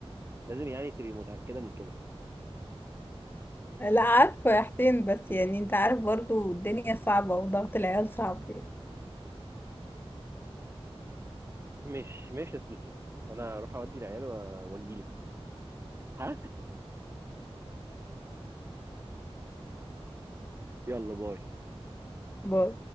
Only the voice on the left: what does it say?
لا عارفة يا حسين بس يعني انت عارف برضو الدنيا صعبة وضغط العيال صعب يعني
باي